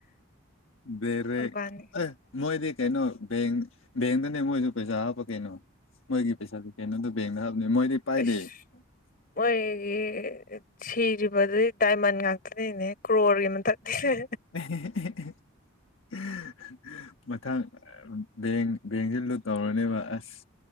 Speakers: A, on the left; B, on the left.
A: ꯕꯦꯔꯦꯛ
B: ꯑꯝꯕꯥꯅꯤ
A: ꯑꯦ ꯃꯣꯏꯗꯤ ꯀꯩꯅꯣ ꯕꯦꯡ ꯕꯦꯡꯗꯅꯦ ꯃꯣꯏꯁꯨ ꯄꯩꯁꯥ ꯍꯥꯞꯄ ꯀꯩꯅꯣ ꯃꯣꯏꯒꯤ ꯄꯩꯁꯥꯗꯤ ꯀꯩꯅꯣꯗꯣ ꯕꯦꯡꯗ ꯍꯥꯞꯅꯤ ꯃꯣꯏꯗꯤ ꯄꯥꯏꯗꯦ
B: ꯑꯩꯁ ꯃꯣꯏꯒꯤ ꯁꯤꯔꯤꯕꯗꯨꯗꯤ ꯗꯥꯏꯃꯟ ꯉꯥꯛꯇꯅꯤꯅꯦ ꯀ꯭ꯔꯣꯔꯒꯤ ꯃꯊꯛꯇꯤꯅꯤ꯫
A: ꯫ ꯃꯊꯪ ꯕꯦꯡ ꯕꯦꯡꯁꯤ ꯂꯨꯠ ꯇꯧꯔꯅꯦꯕ ꯑꯁ꯫